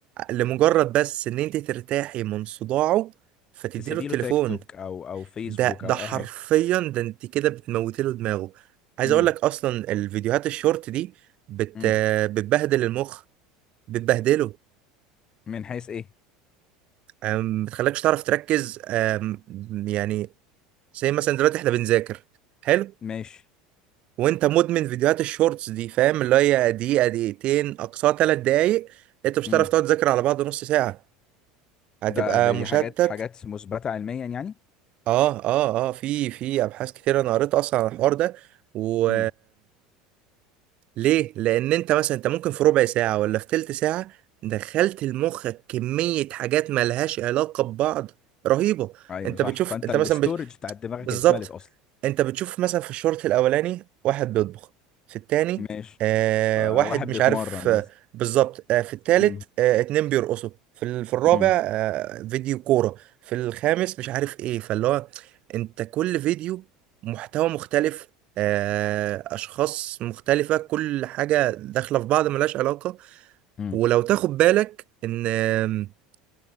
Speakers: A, on the right; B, on the left.
A: لمجرد بس ان انت ترتاحي من صداعه فتديله
B: تسيبي
A: التليفون
B: له تيك توك او او فيسبوك
A: ده ده
B: او
A: حرفيا
B: اي حاجه
A: ده انت كده بتموتي له دماغه عايز
B: امم
A: اقول لك اصلا الفيديوهات الشورت دي بت
B: امم
A: بتبهدل المخ بتبهدله
B: من حيث ايه
A: أم، بتخليكش تعرف تركز أم، يعني زي مثلا دلوقتي احنا بنذاكر حلو
B: ماشي
A: وانت مدمن فيديوهات الشورتس دي فاهم اللي هي دقيقة دقيقتين اقصاها ثلاث دقايق انت مش
B: امم
A: هتعرف تقعد تذاكر على بعض نص ساعة هتبقى
B: ده ده
A: مشتت
B: دي حاجات حاجات مثبته علميا يعني
A: اه اه اه في في ابحاث كتير انا قريت اصلا عن الحوار ده و
B: امم
A: ليه؟ لأن أنت مثلا أنت ممكن في ربع ساعة ولا في تلت ساعة دخلت لمخك كمية حاجات ملهاش علاقة ببعض رهيبة
B: ايوه
A: أنت
B: صح
A: بتشوف
B: فانت
A: أنت
B: الاستورج
A: مثلا بت...
B: بتاع دماغك
A: بالظبط
B: اتملت اصلا
A: أنت بتشوف مثلا في الشوط الأولاني واحد بيطبخ في التاني
B: ماشي
A: آه
B: آه
A: واحد
B: واحد
A: مش
B: بيتمرن
A: عارف آه
B: مثلا
A: بالظبط آه في التالت
B: امم
A: آه اتنين بيرقصوا في, ال... في الرابع
B: امم
A: آه فيديو كورة في الخامس مش عارف إيه فاللي هو أنت كل فيديو محتوى مختلف آه، اشخاص مختلفة كل حاجة داخلة في بعض ملهاش علاقة
B: امم
A: ولو تاخد بالك ان آم،